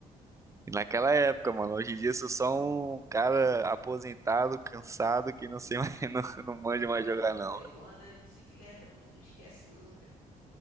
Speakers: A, on the right (about 15°); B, on the left (about 85°).
A: E naquela época, mano, hoje em dia eu sou só um cara aposentado, cansado, que não sei mais, <laughs> não, não manja
B: Não,
A: mais jogar,
B: pô, mas
A: não.
B: é igual a da bicicleta, pô, tu não esquece nunca.